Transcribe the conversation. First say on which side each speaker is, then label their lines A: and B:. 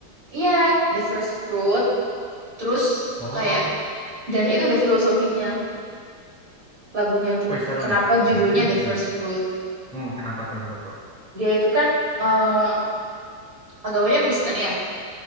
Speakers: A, on the right; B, in the centre.
A: Iya, The First Fruit Terus
B: Oh,
A: kayak dan itu ada filosofinya lagunya tuh.
B: wah seru
A: Kenapa
B: nih. Oke,
A: judulnya
B: jadi
A: The
B: gimana?
A: First Fruit?
B: Hmm, kenapa kenapa tuh?
A: Dia itu kan eh, agamanya Kristen ya,